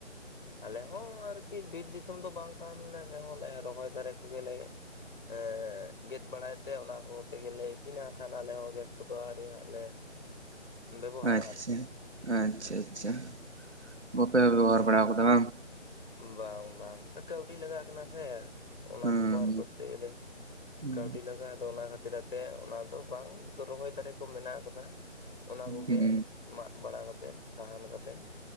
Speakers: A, on the left; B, on the right.
A: ᱟᱞᱮ ᱦᱚᱸ ᱟᱨᱠᱤ ᱵᱤᱨ ᱫᱤᱥᱚᱢ ᱫᱚ ᱵᱟᱝ ᱠᱟᱱ ᱨᱮᱦᱚᱸ ᱞᱮ ᱨᱚᱦᱚᱭ ᱫᱟᱨᱮ ᱠᱚᱜᱮ ᱞᱮ ᱮᱸᱜ ᱜᱮᱫ ᱵᱟᱲᱟᱭ ᱛᱮ ᱚᱱᱟ ᱠᱚᱛᱮ ᱜᱮᱞᱮ ᱤᱥᱤᱱᱟ ᱠᱷᱟᱱ ᱟᱞᱮ ᱦᱚᱸ ᱜᱮᱥ ᱠᱚᱫᱚ ᱟᱹᱣᱨᱤ ᱦᱟᱸᱜ ᱞᱮ
B: <inaudible>
A: ᱵᱮᱵᱚᱦᱟᱨᱟ
B: ᱟᱪᱪᱷᱟ
A: ᱟᱨᱠᱤ
B: ᱟᱪᱪᱷᱟ ᱟᱪᱪᱷᱟ ᱵᱟᱯᱮ ᱵᱮᱵᱚᱦᱟᱨ ᱵᱟᱲᱟ ᱟᱠᱟᱫᱟ ᱵᱟᱝ?
A: ᱵᱟᱝ ᱵᱟᱝ ᱠᱟᱹᱣᱰᱤ ᱞᱟᱜᱟᱜ ᱠᱟᱱᱟ ᱥᱮ ᱾ ᱚᱱᱟ
B: ᱦᱮᱸ
A: ᱵᱮᱵᱚᱦᱟᱨ ᱠᱚᱨᱛᱮ ᱜᱮᱞᱮ
B: ᱦᱮᱸ
A: ᱠᱟᱹᱣᱰᱤ ᱞᱟᱜᱟᱜᱼᱟ ᱟᱫᱚ ᱚᱱᱟ ᱠᱷᱟᱹᱛᱤᱨ ᱟᱛᱮ ᱚᱱᱟ ᱛᱚ ᱵᱟᱝ ᱛᱚ ᱨᱚᱦᱚᱭ ᱫᱟᱨᱮ ᱠᱚ ᱢᱮᱱᱟᱜ ᱟᱠᱟᱫᱟ ᱚᱱᱟ ᱠᱚᱜᱮ
B: ᱦᱮᱸ
A: ᱢᱟᱜ ᱵᱟᱲᱟ ᱠᱟᱛᱮᱫ ᱥᱟᱦᱟᱱ ᱠᱟᱛᱮᱱ᱾